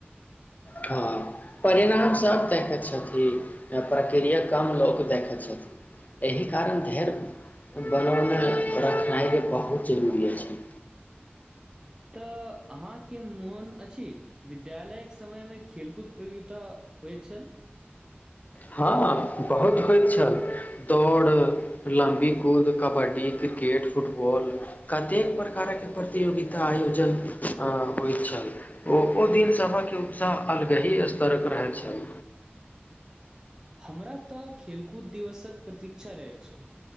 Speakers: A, on the left; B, on the right.
A: हँ परिणाम सब देखै छथिन, अ प्रक्रिया कम लोक देखै छथिन, एहि कारण धैर्य बनाव मे रखनाय के बहुत जरूरी अछि।
B: त अहाँके मोन अछि विद्यालयके समयमे खेलकूद प्रतियोगिता होइ छल।
A: हँ बहुत होइत छल दौड़ लम्बी कूद कबड्डी क्रिकेट फुटबॉल कतेक प्रकारके प्रतियोगिता आयोजन होइ छल ओ ओ दिन सभके उत्साह अलग ही स्तरक रहै छल।
B: हमरा तऽ खेलकूद दिवसक प्रतीक्षा रहैत छल